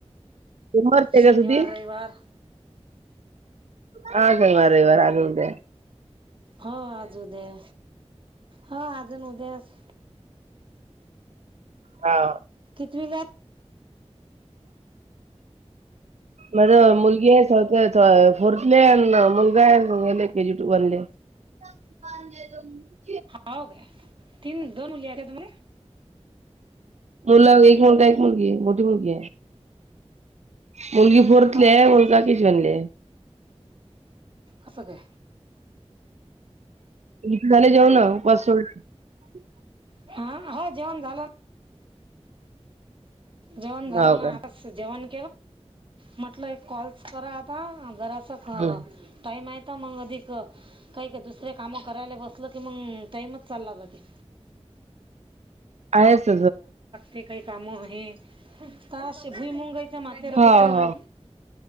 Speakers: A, on the right; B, on the right.
A: सोमवार ते
B: शनिवार
A: का सुधी
B: रविवार.
A: हा काहीवाारईवाार आगटय.
B: हो आज उद्या हो अजून उद्यास.
A: ह.
B: पथ <unintelligible>
A: माझ मुलगी आहे फोर्थले मुलगा आहे गेले केजी टू वनले
B: ह <unintelligible>
A: पण द त <unintelligible>
B: हो काय तीन दोन मुले तुमगले
A: मुलग एक मुणता एक मुलगी आहे मोठी मुलगी आहे. मुलगी फोरतले
B: असं काय
A: मुलगा <inaudible> कशनले
B: असं का.
A: इथ झाले जाऊ ना पास <unintelligible>
B: हा हो जेवण झालं. जेवण झालं
A: हाव
B: ना
A: काय.
B: आताच जेवण. म्हटलं कॉल्स करा आता जरा अस
A: हम्म
B: टाईम आहे तर मग अधिक काही का दुसरे काम करायला बसल की मग टाईमच चालला जाते.
A: आहेस.
B: ते काही काम आहे का असे भुई मुंगायच मातेराग
A: हा
B: तरर
A: हा.